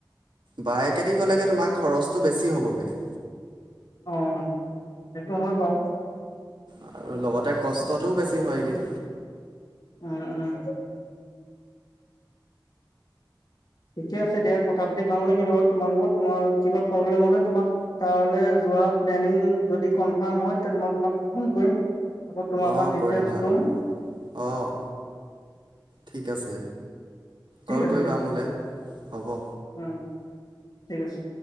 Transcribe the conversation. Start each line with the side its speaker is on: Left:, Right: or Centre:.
Right: বাইেকেদি গ'লেগে তোমাৰ খৰচটো বেছি হ'বগৈ।
Left: অ' সেইটো হয় বাৰু।
Right: আৰু লগতে কষ্টটোও বেছি হয়গৈ।
Left: উম উম। ঠিকে আছে দিয়া কথা পাতি ভাল লাগিল বাৰু তোমাৰ লগত মই কিবা প্ৰব্লেম হলে তোমাক ত ্ যদি কনফ হয় মই তমাক ফোন কৰিম। আোৰ তোমাৰ
Right: অঁ
Left: পৰা ডিটেইলছ
Right: কৰিবা
Left: লুম।
Right: অঁ ঠিক আছে
Left: ঠিক
Right: কল
Left: আছে
Right: কৰিবা
Left: দিয়া
Right: মোলে, হব?
Left: উম ঠিক আছে।